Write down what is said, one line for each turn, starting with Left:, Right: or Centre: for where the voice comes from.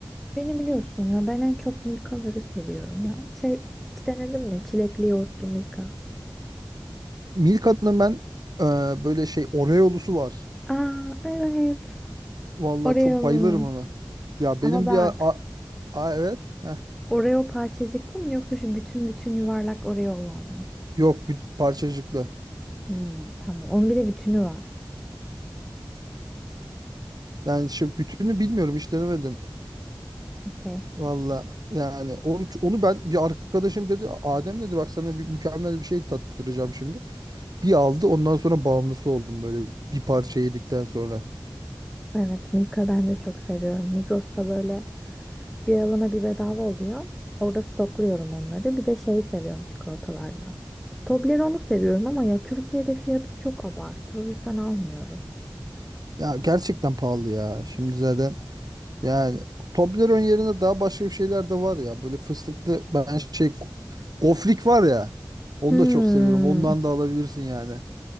Centre: beni biliyorsun ya ben en çok Milka'ları seviyorum ya. Şey hiç denedin mi? Çilekli yoğurtlu Milka.
Right: Milka'nın ben e, böyle şey Oreo'lusu var.
Centre: Aa evet.
Right: Vallahi
Centre: Oreo'lu.
Right: çok bayılırım ona. Ya
Centre: Ama
Right: benim
Centre: bak
Right: bir a, a- a- evet. Heh.
Centre: Oreo parçacıklı mı yoksa şu bütün bütün yuvarlak Oreo olan mı?
Right: Yok bir parçacıklı.
Centre: Hmm, tamam. Onun bir de bütünü var.
Right: Yani şimdi bütünü bilmiyorum hiç denemedim.
Centre: Okey.
Right: Valla yani onu, onu ben bir arkadaşım dedi Adem dedi bak sana bir mükemmel bir şey tattıracağım şimdi. Bir aldı ondan sonra bağımlısı oldum böyle bir parça yedikten sonra.
Centre: Evet Milka ben de çok seviyorum. Migros'ta böyle Bir alana bir bedava oluyor. Orada stokluyorum onları. Bir de şeyi seviyorum çikolatalardan. Toblerone'u seviyorum ama ya Türkiye'de fiyatı çok abartı. O yüzden almıyorum.
Right: Ya gerçekten pahalı ya. Şimdi zaten Yani Toblerone yerine daha başka bir şeyler de var ya. Böyle fıstıklı ben şey gofrik var ya. Onu
Centre: Hmm.
Right: da çok seviyorum. Ondan da alabilirsin yani.